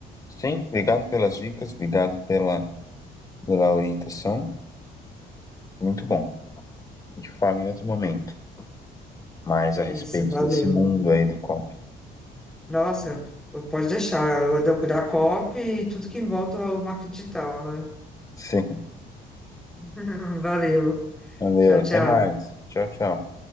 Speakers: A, on the left (about 20°); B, in the centre.
A: Sim, obrigado pelas dicas, obrigado pela, pela orientação. Muito bom. A gente fala em outro momento. Mais
B: É
A: a respeito
B: Isso, valeu.
A: desse mundo aí do COP.
B: Nossa, pode deixar. Eu ando da COP e tudo que envolve ao marketing digital, né?
A: Sim.
B: <laughs> Valeu.
A: Valeu.
B: Tchau,
A: Até
B: tchau.
A: mais. Tchau, tchau.